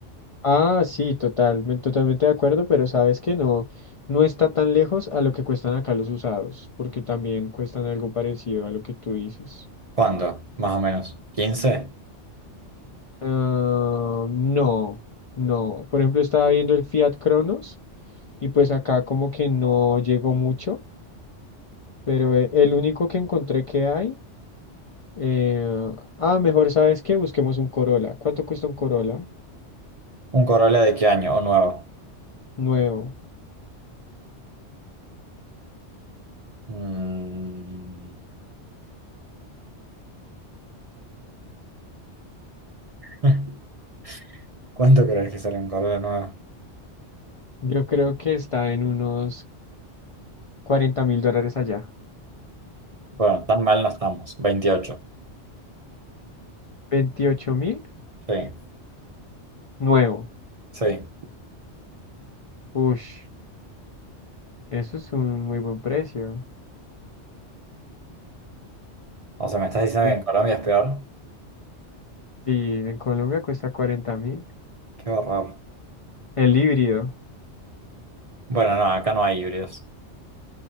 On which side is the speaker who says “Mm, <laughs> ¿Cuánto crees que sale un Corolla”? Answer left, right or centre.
Right